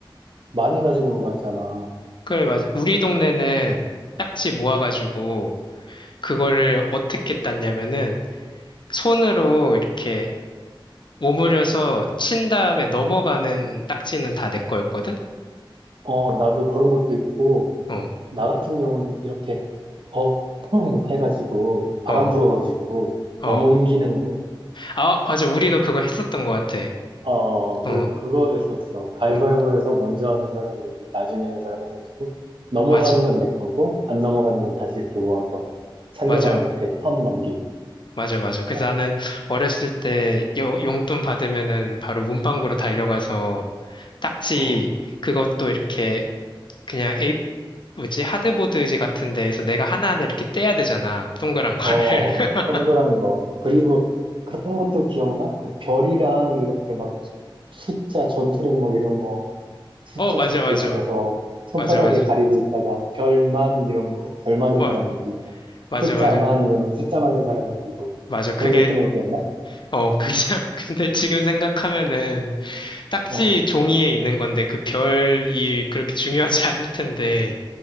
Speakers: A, on the right; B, on the left.
A: 많이 가지고 놀았잖아.
B: 그래, 맞아. 우리 동네는 딱지 모아가지고 그거를 어떻게 땄냐면은 손으로 이렇게 오므려서 친 다음에 넘어가는 딱지는 다 내 거였거든?
A: 어, 나도 그런 것도 있고,
B: 어,
A: 나 같은 경우는 이렇게, 어, 펑 해가지고, 바람
B: 어,
A: 불어가지고,
B: 어.
A: 넘어옮기는 거.
B: 아, 어, 맞아. 우리도 그거 했었던 것 같아.
A: 어, 그,
B: 어,
A: 그거 했었어. 가위바위보에서
B: 음,
A: 먼저 하는 사람이 이렇게 나중에 하는 사람 해가지고, 넘어가는
B: 맞아.
A: 건 내 거고, 안 넘어가는 건 다시 이렇게 모아서 상대방한테
B: 맞아.
A: 턴 넘기고.
B: 맞아, 맞아. 그래서
A: 어,
B: 나는 어렸을 때 여- 용돈 받으면은 바로 문방구로 달려가서 딱지
A: 어,
B: 그것도 이렇게 그냥 에이, 뭐지? 하드보드지 같은 데에서 내가 하나하나 이렇게 떼야 되잖아. 동그란 거를.
A: 어,
B: <laughs>
A: 동그란 거. 그리고 그런 것도 기억나? 그 별이랑 이렇게 막 숫자, 전투력 뭐 이런 거 숫자
B: 어, 맞아,
A: 적혀
B: 맞아.
A: 있어서 손바닥에
B: 맞아, 맞아.
A: 가리고 있다가 별만 이런 거, 별 많은
B: 어,
A: 사람 이기고
B: 맞아,
A: 숫자만
B: 맞아.
A: 이러면 숫자 많은 사람 이기고
B: 맞아. 그게,
A: 그런 거 했던 거 기억나?
B: 어, 그냥, <laughs> 근데 지금 생각하면은 딱지
A: 어,
B: 종이에 있는 건데 그 별이 그렇게 중요하지 않을 텐데.